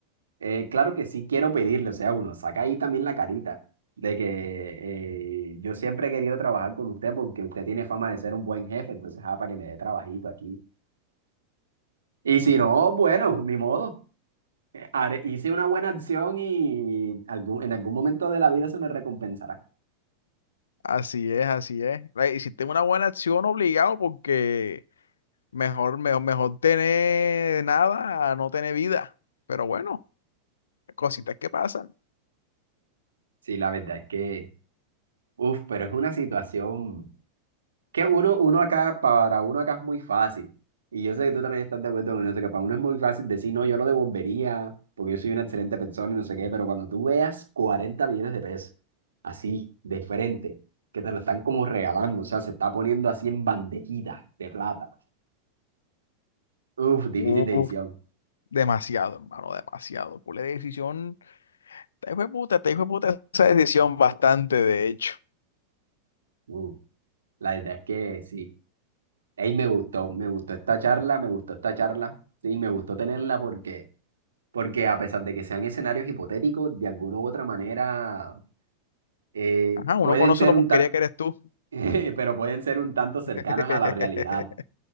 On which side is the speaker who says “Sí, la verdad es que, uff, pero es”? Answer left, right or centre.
Right